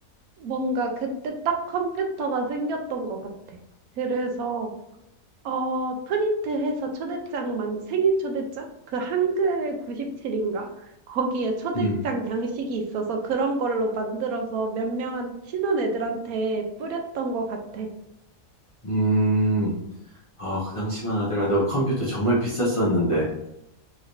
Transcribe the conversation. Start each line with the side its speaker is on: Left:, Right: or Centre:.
Right: 뭔가 그때 딱 컴퓨터가 생겼던 것 같아. 그래서, 어 프린트해서 초대장만 생일 초대장? 그 한글 97 인가? 거기에 초대장
Left: 음,
Right: 양식이 있어서 그런 걸로 만들어서 몇 명한 친한 애들한테 뿌렸던 것 같아.
Left: 음, 어, 그 당시만 하더라도 컴퓨터 정말 비쌌었는데,